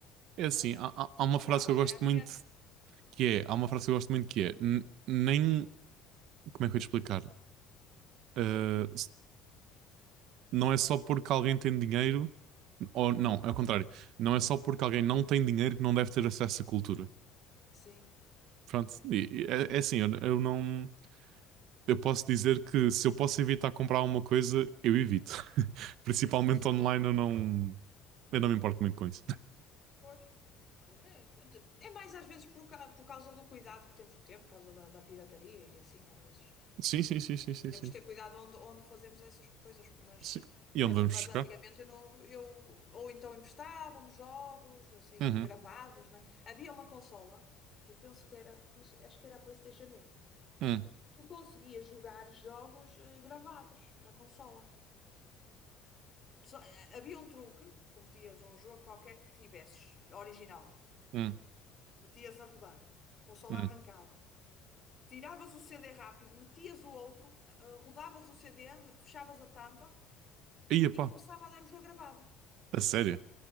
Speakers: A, on the right; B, on the left.
A: é assim,
B: raramente
A: há,
B: co-
A: há- há uma
B: comprava,
A: frase que eu
B: não
A: gosto
B: é? Havia.
A: muito que é, há uma frase que eu gosto muito que é, n- nem, como é que eu ia te explicar? Ah, s- não é só porque alguém tem dinheiro Ou não, é o contrário. Não é só porque alguém não tem dinheiro que não deve ter acesso à cultura.
B: Sim,
A: Pronto, e- e é, é assim, eu, eu não. Eu posso dizer que se eu posso evitar comprar alguma coisa, eu evito. <laughs> Principalmente
B: sim,
A: online, eu não. Eu não me importo muito com isso.
B: pois. Olha, é, é mais às vezes por, ca- por causa do cuidado que temos que ter, por causa da, da pirataria e assim, às vezes.
A: Sim, sim, sim, sim, sim,
B: Temos
A: sim.
B: de ter cuidado onde, onde fazemos essas coisas, mas,
A: Sim. E
B: mas,
A: onde vamos
B: mas
A: buscar?
B: antigamente eu, não, eu ou então emprestávamos jogos assim
A: Uhum.
B: gravados, né? Havia uma consola, eu penso que era, não sei, acho que era a PlayStation um
A: Hum,
B: que tu conseguias jogar jogos eh, gravados na consola. Só- eh, havia um truque, tu metias um jogo qualquer que tivesses, original,
A: hum,
B: metias a rodar, a consola
A: hum.
B: arrancava. Tiravas o CD rápido, metias o outro, eh, rodavas o CD, me- fechavas a tampa
A: Ia
B: e
A: pá,
B: começava a dar o jogo gravado.
A: a sério?